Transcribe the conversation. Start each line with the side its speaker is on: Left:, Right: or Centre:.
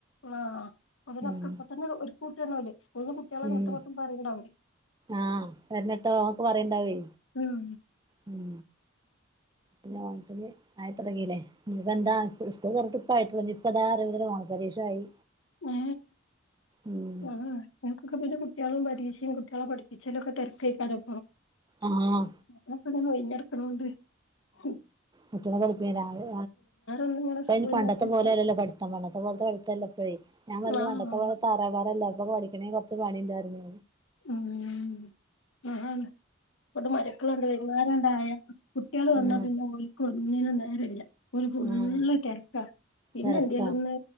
Left: ആഹ് അതിലൊക്കെ
Right: ഉം
Left: അപ്പ തന്നെ ഒര്കൂട്ടിയണാവല്ലേ സ്കൂളിന്ന് കുട്ടികളെട്ട
Right: ഉം
Left: മട്ടും പറയണ്ടാവും
Right: ആഹ് എന്നിട്ടോ നമ്മുക്ക് പറയണ്ടാവേ
Left: ഉം
Right: ഉം പിന്നെ ഓണത്തിന് ആയി തുടങ്ങില്ലേ ഞ്ഞ് പെന്താ സ്കൂള് തുറന്നിട്ട് ഇപ്പൊ ആയിട്ടുള്ളൂ ഇഞ്ഞ്പ്പത ഓണ പരീക്ഷ ആയി
Left: ഉം
Right: ഉം
Left: ആഹ് നിങ്ങക്കൊക്കെ പിന്നെ കുട്ട്യാളും പരീക്ഷിം കുട്ട്യാളെ പഠിപ്പിച്ചാലും ഒക്കെ തിരക്കേക്കാരം
Right: ആഹ്
Left: ഞങ്ങൾ ഇപ്പൊ ഇതാ ഒഴിഞ്ഞ് കെടക്കണോണ്ട് ഉം
Right: മറ്റുള്ള പഠിപ്പിക്ക രാവിലെ
Left: ഒന്നിങ്ങനെ
Right: പന്
Left: സ്കൂളില്ലാത്ത
Right: <unintelligible> പണ്ടത്തെ
Left: ദിവസം
Right: പോലെയല്ലല്ലോ പഠിത്തം പണ്ടത്തെ പോലത്തെ പഠിത്തല്ല ഇപ്പഴേ ഞാൻ വന്ന്
Left: ആഹ്
Right: പണ്ടത്തെ പോലെ തറ പറ അല്ല അപ്പൊ പഠിക്കണെ കൊറച്ച് പണിണ്ട് പറഞ്ഞ്
Left: ഉം അതാണ് ഇവിടെ മരുമക്കളുണ്ട് വൈകുന്നേരണ്ടായ കുട്ടികൾ വന്നാ
Right: ഉം
Left: പിന്നെ ഓൽക്ക് ഒന്നിനും നേരല്ല ഓല് ഫുൾ ഫുള്ള്
Right: ആഹ്
Left: തെരക്കാ പിന്നെ
Right: തെരക്കാ
Left: എന്തേലൊന്ന്